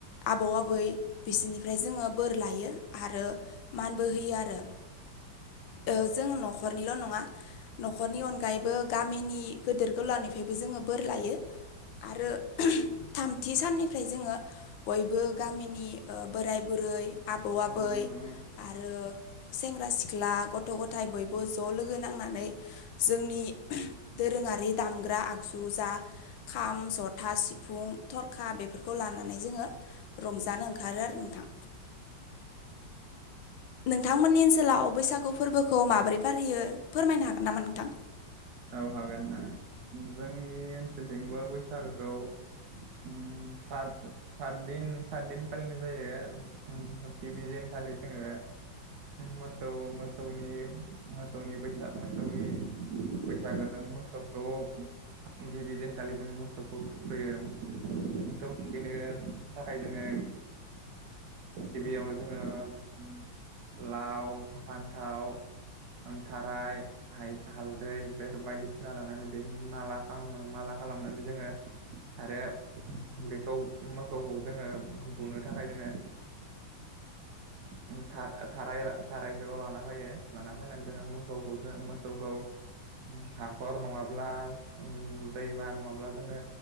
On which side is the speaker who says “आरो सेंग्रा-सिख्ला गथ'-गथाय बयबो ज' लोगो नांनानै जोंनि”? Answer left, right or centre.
Left